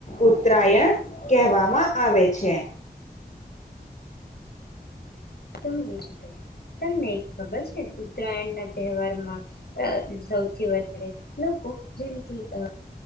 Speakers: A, on the left; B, on the left.
A: ઉત્તરાયણ કહેવામાં આવે છે.
B: તમે એજ કર્યુ તમને ખબર છે ઉત્તરાયણ ના તહેવારમાં અ સૌથી વધારે લોકો જેમ કે અ